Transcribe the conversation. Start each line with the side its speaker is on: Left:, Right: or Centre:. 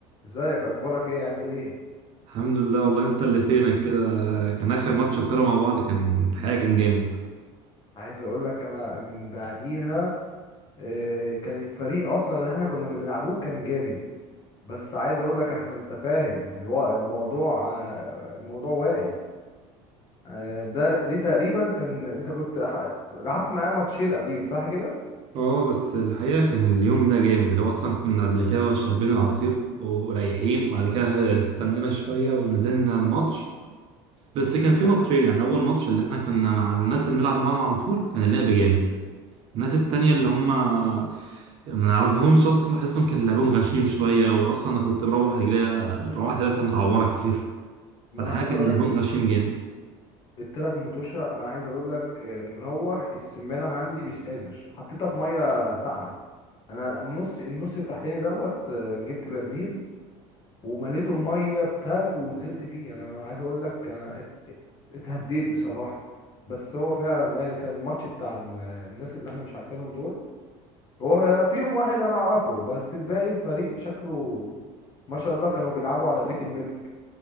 Left: ازيك اخبارك ايه عامل ايه
Right: الحمد لله والله انت اللي فينك كده كان اخر ماتش كوره مع بعض كان الحقيقه كان جامد
Left: عايز اقول لك انا من بعديها آه، كان الفريق اصلا اللي احنا كنا بنلعبوه كان جامد بس عايز اقول لك احنا انت فاهم الوا- الموضوع آه، الموضوع واقف آه، ده دي تقريبا كان انت كنت ح- لعبت معايا ماتشين قبليهم صح كده
Right: اه بس الحقيقه كان اليوم ده جامد اللي هو اصلا كنا قبل كده شاربين العصير ورايحين وبعد كده استنينا شويه ونزلنا الماتش بس كان في
Left: كان
Right: ماتشين يعني اول ماتش اللي احنا كنا مع الناس اللي بنلعب معاهم على طول كان اللعب جامد الناس التانية اللي هم ما نعرفهمش اصلا احسهم كان لعبهم غشيم شويه واصلا انا كنت بروح رجليا روحت ثلاثه متعوره كتير
Left: ما
Right: فالحقيقه
Left: انا عايز
Right: كان
Left: اقول لك
Right: لعبهم
Left: ال-
Right: غشيم جامد
Left: التلات متوشة انا عايز اقول لك آه، مروح السمانة عندي مش قادر حطيتها في مية ساقعة انا النص النص التحتاني دوت آه، جبت برميل ومليته ميه بتلج ونزلت فيه انا عايز اقول لك انا ات- ات- اتهديت بصراحه بس هو فعلا آه، كان الماتش بتاع ال- الناس اللي احنا مش عارفينهم دول هو آه، فيهم واحد انا اعرفه بس الباقي الفريق شكله ما شاء الله كانوا بيلعبوا على بيت الملك